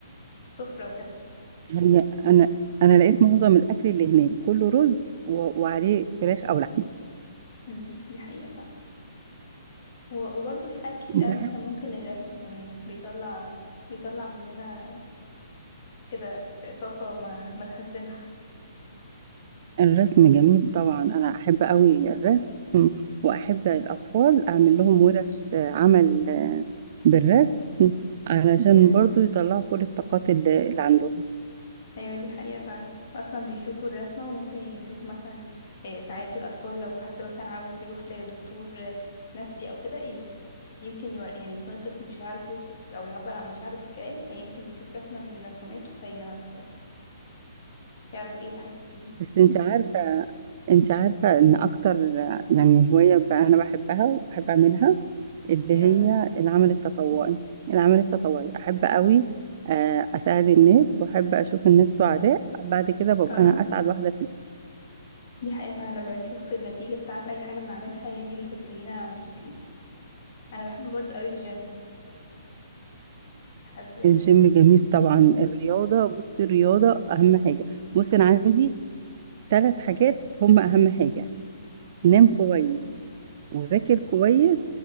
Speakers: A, on the left; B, on the right.
A: سفرة وكده
B: هي أنا أنا لقيت معظم الأكل اللي هناك كله رز و- وعليه فراخ أو لحمة
A: مم، دي حقيقة فعلا و- وبرضه في حاجات كتير
B: بحب
A: أوي مثلا ممكن الرسم كمان بيطلع بيطلع مننا كده طاقة ما ما تخزنها
B: الرسم جميل طبعا أنا أحب أوي الرسم وأحب الأطفال أعمل لهم ورش آه، عمل آه، بالرسم علشان
A: <laughs> دي حقيقة
B: برضو يطلعوا كل الطاقات اللي اللي عندهم
A: ايوه دي حقيقة فعلا اصلا بيشوفوا الرسمة وممكن يشوف مثلا آه، ساعات الاطفال لو حد مثلا عاوز يروح لدكتور آه، نفسي او كده ي- يمكن يور... يعني يكون الطفل مش هيعرف يوصف او يعبر عن مشاعره بالكلام فيمكن يشوف رسمة من رسوماته فيعرف ده يعرف ايه اللي حاسس بيه
B: بس انت عارفة انت عارفة ان اكتر يعني هواية بقى انا بحبها وبحب اعملها اللي
A: ايه اكتر
B: هي
A: حاجة
B: العمل التطوعي العمل التطوعي احب قوي آه، اساعد الناس واحب اشوف الناس سعداء بعد كده ببقى
A: اه
B: انا اسعد واحدة في الدنيا.
A: دي حقيقة فعلا لما بنشوف النتيجة بتاعت اي حاجة بنعملها هي دي اللي بتخلينا مبسوطين انا بحب برضه قوي الجيم بحب آه،
B: الجيم جميل طبعا الرياضة بصي الرياضة اهم حاجة بصي انا عندي ثلاث حاجات هم اهم حاجة نام كويس وذاكر كويس